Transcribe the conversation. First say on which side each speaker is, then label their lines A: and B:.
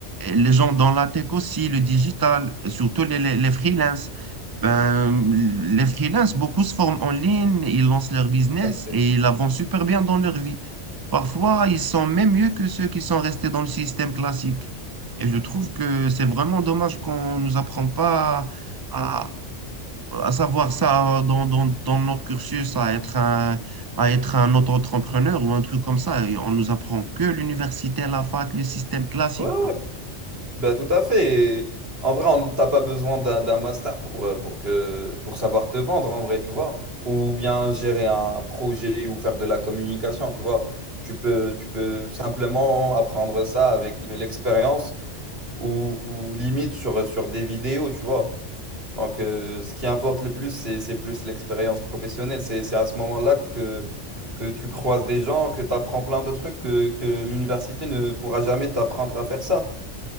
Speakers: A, on the right; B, on the right.
A: Et Les gens dans la tech aussi, le digital, et surtout les, les, les freelances. Ben, les freelances, beaucoup se forment en ligne, ils lancent leur business
B: Parfait.
A: et ils avancent super bien dans leur vie. Parfois, ils sont même mieux que ceux qui sont restés dans le système classique. Et je trouve que c'est vraiment dommage qu'on nous apprend pas à à savoir ça dans, dans, dans notre cursus, à être un, à être un auto-entrepreneur ou un truc comme ça. Et on nous apprend que l'université, la fac, le système classique,
B: Ouais,
A: quoi.
B: ouais, Bah, tout à fait. Et en vrai, on t'as pas besoin d'un d'un master pour, euh, pour que, pour savoir te vendre, en vrai, tu vois. Ou bien gérer un projet ou faire de la communication, tu vois. Tu peux, tu peux simplement apprendre ça avec de l'expérience ou, ou limite sur, sur des vidéos, tu vois. Donc, euh, ce qui importe le plus, c'est, c'est plus l'expérience professionnelle. C'est, c'est à ce moment-là que, que tu croises des gens, que tu apprends plein de trucs que, que l'université ne pourra jamais t'apprendre à faire ça.